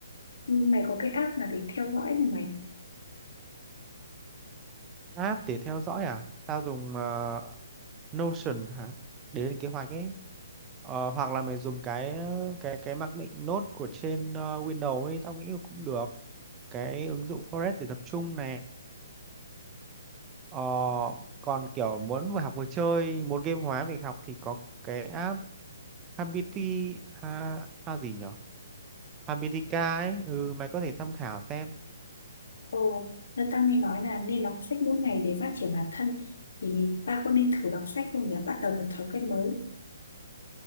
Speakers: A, on the left; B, on the right.
A: Nhưng Mày có cái app nào để theo dõi không mày?
B: App để theo dõi à? Tao dùng ờ, Notion hả? Để lên kế hoạch ấy. Ờ, hoặc là mày dùng cái cái cái mặc định nốt của trên ờ, Windows ấy, tao nghĩ là cũng được. Cái ứng dụng Forest để tập trung này. Ờ, còn kiểu muốn vừa học vừa chơi, muốn game hóa việc học thì có cái app Habiti ha, ha gì nhở? Habitica ấy, ừ, mày có thể tham khảo xem.
A: Ồ, là tao nghe nói là nên đọc sách mỗi ngày để phát triển bản thân. Thì ta có nên thử đọc sách không nhỉ? Bắt đầu một thói quen mới.